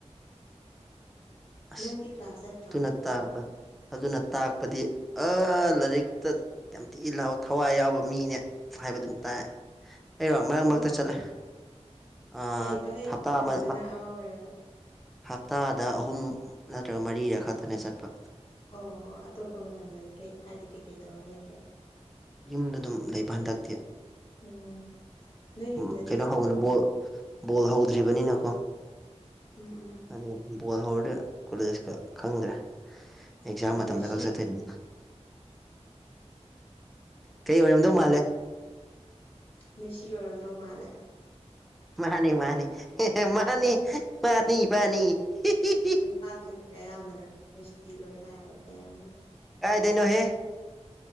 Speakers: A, in the centre; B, on the left.
A: ꯑꯁ
B: ꯅꯪꯗꯤ ꯀ꯭ꯂꯥꯁ ꯆꯠꯇ꯭ꯔꯣ
A: ꯑꯗꯨꯅ ꯇꯥꯛꯄ ꯑꯗꯨꯅ ꯇꯥꯛꯄꯗꯤ ꯑ ꯂꯥꯏꯔꯤꯛꯇ ꯌꯥꯝ ꯊꯤ ꯂꯥꯎ ꯊꯋꯥꯏ ꯌꯥꯎꯕ ꯃꯤꯅꯦ ꯍꯥꯏꯕꯗꯨꯝ ꯇꯥꯏ꯫ ꯑꯩꯩꯔꯣ ꯃꯔꯛ
B: ꯑꯣ
A: ꯃꯔꯛꯇ ꯆꯠꯂꯦ ꯑ
B: ꯍꯩꯕ ꯍꯩꯇꯕꯗꯨꯅ
A: ꯍꯞꯇꯥ ꯑꯃ
B: ꯑꯃ ꯑꯣꯏꯔꯒ
A: ꯍꯞꯇꯥꯗ ꯑꯍꯨꯝ ꯅꯠꯇ꯭ꯔꯒ ꯃꯔꯤꯔꯛ ꯈꯛꯇꯅꯦ ꯆꯠꯄ꯫
B: ꯑꯣ ꯑꯣ ꯑꯣ ꯑꯇꯣꯞꯄ ꯃꯇꯝꯗꯗꯤ ꯀꯩ ꯍꯥꯏꯗꯤ ꯀꯩꯀꯩ ꯇꯧꯔ ꯂꯩꯒꯦ꯫
A: ꯌꯨꯝꯗ ꯑꯗꯨꯝ ꯂꯩꯕ ꯍꯟꯗꯛꯇꯤ꯫
B: ꯎꯝ ꯅꯣꯏ ꯌꯨꯝꯗꯗꯤ
A: ꯎꯝ ꯀꯩꯅꯣ
B: ꯀꯅꯥ
A: ꯍꯧꯗꯤ
B: ꯀꯅꯥ
A: ꯕꯣꯜ ꯕꯣꯜ ꯍꯧꯗ꯭ꯔꯤꯕꯅꯤꯅꯀꯣ꯫
B: ꯎꯝ ꯎꯝ ꯎꯝ꯫
A: ꯑꯗꯒꯤ ꯕꯣꯜ ꯍꯧꯔꯗꯤ ꯀꯣꯂꯦꯖꯀ ꯈꯪꯗ꯭ꯔꯦ꯫ ꯑꯦꯛꯖꯥꯝ ꯃꯇꯝꯗ
B: ꯃꯦꯁꯤ
A: ꯈꯛ ꯆꯠꯇꯣꯏꯅꯤ ꯀꯩ ꯑꯣꯏꯔꯝꯗꯧ ꯃꯥꯜꯂꯦ꯫
B: ꯃꯦꯁꯤ ꯑꯣꯏꯔꯝꯗꯧ ꯃꯥꯜꯂꯦ꯫
A: ꯃꯥꯅꯤ ꯃꯥꯅꯤ ꯍꯦ ꯍꯦ
B: ꯎꯝ
A: ꯃꯥꯅꯤ ꯃꯥꯅꯤ ꯃꯥꯅꯤ ꯍꯤ ꯍꯤ
B: ꯅꯨꯄꯥꯁꯤꯡꯁꯦ ꯑꯌꯥꯝꯕꯅ ꯃꯤꯁꯇꯤ ꯂꯣꯏ ꯍꯥꯏ ꯑꯌꯥꯝꯕꯅ
A: ꯀꯥꯏꯗꯩꯅꯣꯍꯦ